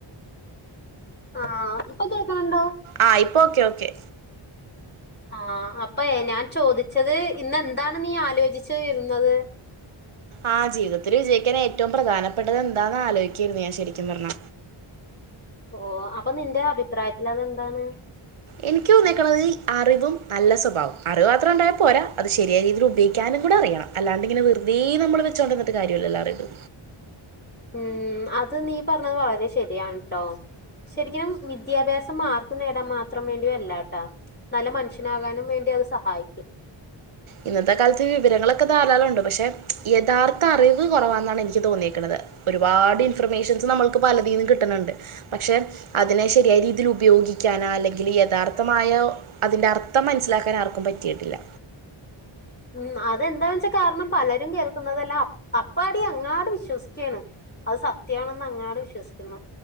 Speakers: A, on the left (about 20°); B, on the right (about 75°).
A: ആ ഇപ്പൊ കേക്കണുണ്ടോ
B: ആ ഇപ്പൊ ഓക്കെ ഓക്കെ
A: ആ അപ്പൊയെ ഞാൻ ചോദിച്ചത് ഇന്നെന്താണ് നീ ആലോചിച്ചു വരുന്നത്
B: ആ ജീവിതത്തിൽ വിജയിക്കാൻ ഏറ്റവും പ്രധാനപ്പെട്ടത് എന്താന്ന് ആലോചിക്കാരുന്നു ഞാൻ ശരിക്കും പറഞ്ഞ
A: ഓ അപ്പൊ നിന്റെ അഭിപ്രായത്തിൽ അതെന്താണ്
B: എനിക്ക് തോന്നിയേക്കണത് അറിവും നല്ല സ്വഭാവവും അറിവ് മാത്രം ഉണ്ടായാൽ പോരാ അത് ശരിയായ രീതിയിൽ ഉപയോഗിക്കാനും കൂടെ അറിയണം അല്ലാണ്ട് ഇങ്ങനെ വെറുതെ നമ്മൾ വെച്ചോണ്ടിരുന്നിട്ട് കാര്യമില്ലലോ അറിവ്
A: ഉം അത് നീ പറഞ്ഞത് വളരെ ശരിയാണുട്ടോ ശരിക്കനും വിദ്യാഭ്യാസം മാർക്ക് നേടാൻ മാത്രം വേണ്ടി അല്ലാട്ടാ നല്ല മനുഷ്യനാകാനും വേണ്ടി അത് സഹായിക്കും
B: ഇന്നത്തെ കാലത്ത് വിവരങ്ങളൊക്കെ ധാരാളവൊണ്ട് പക്ഷെ യഥാർത്ഥ അറിവ് കൊറവാന്നാണ് എനിക്ക് തോന്നിയേക്കണത് ഒരുപാട് ഇൻഫർമേഷൻസ് നമ്മൾക്ക് പലതിന്ന് കിട്ടുന്നുണ്ട് പക്ഷെ അതിനെ ശരിയായ രീതിയില് ഉപയോഗി ഗിക്കാന അല്ലെങ്കില് യഥാർത്ഥമായ ഒ അതിന്റെ അർത്ഥം മനസിലാക്കാൻ ആർക്കും പറ്റിയിട്ടില്ല
A: ഉം അതെന്താന്ന് വെച്ചാ കാരണം പലരും കേൾക്കുന്നതെല്ലാം അപ് അപ്പാടി അങ്ങാട് വിശ്വസിക്കുകയാണ് അത് സത്യവാണെന്ന് അങ്ങാട് വിശ്വസിക്കുന്നു